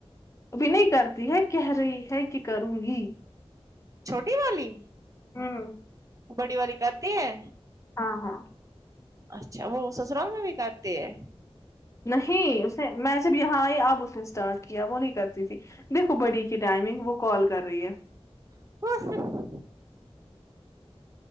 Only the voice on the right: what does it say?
چھوٹی والی
بڑی والی کرتی ہے
اچھا وہ سسرال میں بھی کرتی ہے
<inaudible>